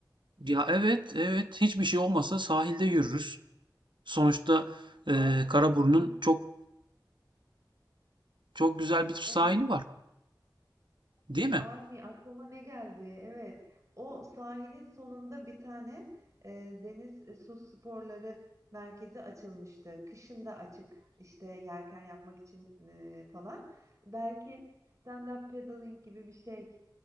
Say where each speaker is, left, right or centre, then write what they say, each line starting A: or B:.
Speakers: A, on the right (about 80°); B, on the right (about 45°).
A: Ya, evet, evet. Hiçbir şey olmasa sahilde yürürüz. Sonuçta, eee,
B: Arvi.
A: Karaburun'un çok çok güzel bir sahili
B: Evet.
A: var, değil mi?
B: Army aklıma ne geldi? Evet. O sahilin sonunda bir tane e, deniz e, su sporları merkezi açılmıştı. Kışın da açık işte yelken yapmak için e, falan. Belki stand-up paddling gibi bir şey